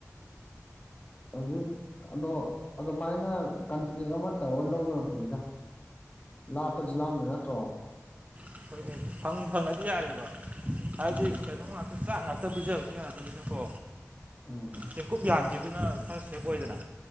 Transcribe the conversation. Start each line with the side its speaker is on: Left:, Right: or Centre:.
Left: ꯍꯧꯖꯤꯛ ꯑꯗꯣ ꯑꯗꯨꯃꯥꯏꯅ ꯀꯟꯇꯦꯛ ꯑꯃ ꯇꯧꯔꯒ ꯂꯧꯕꯅ ꯐꯩꯗ ꯂꯥꯞꯄꯁꯨ ꯂꯥꯞꯝꯗ ꯅꯠꯇ꯭ꯔꯣ
Right: ꯑꯩꯈꯣꯏꯅꯤ ꯐꯪ ꯐꯪꯉꯗꯤ ꯌꯥꯔꯦꯕ ꯍꯥꯏꯗꯤ
Left: ꯎꯝ
Right: ꯀꯩꯅꯣ ꯉꯥꯛꯇ ꯆꯥꯛ ꯉꯥꯛꯇ ꯍꯛꯇ ꯄꯤꯖꯕꯁꯨ ꯌꯥꯗꯣꯏꯅꯤꯅꯀꯣ
Left: ꯎꯝ
Right: ꯆꯦꯡꯀꯨꯞ ꯌꯥꯟꯗꯗꯨꯅ ꯈꯔ ꯁꯦꯞ ꯑꯣꯏꯗꯅ